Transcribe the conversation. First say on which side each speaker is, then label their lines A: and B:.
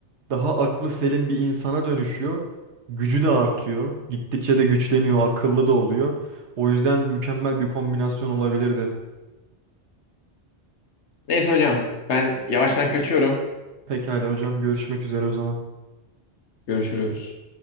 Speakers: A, on the right; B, on the left.
A: daha aklı selim bir insana dönüşüyor. Gücü de artıyor. Gittikçe de güçleniyor, akıllı da oluyor. O yüzden mükemmel bir kombinasyon olabilirdi.
B: Neyse hocam ben yavaştan kaçıyorum.
A: Pekala hocam görüşmek üzere o zaman.
B: Görüşürüz.